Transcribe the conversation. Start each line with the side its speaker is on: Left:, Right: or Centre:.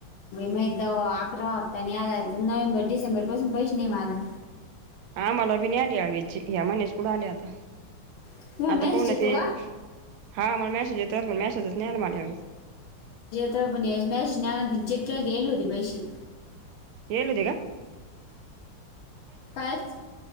Left: मा अकरा हप्तानी आला नोव्हेंबर डिसेंबर पासून पैसे नाही मला
Right: हा मला बी नाही आली या्या महिन्याच कुठं आल्या आता
Left: तुम्हाला
Right: आता
Left: मेसेज
Right: पोण
Left: येतो
Right: ते
Left: का
Right: हा मला मेसेज येतोच पण मेसेजच नाही मला
Left: तर पण मॅ न्याना दिचील्या लल होते पैसे
Right: हदीघ
Left: कायच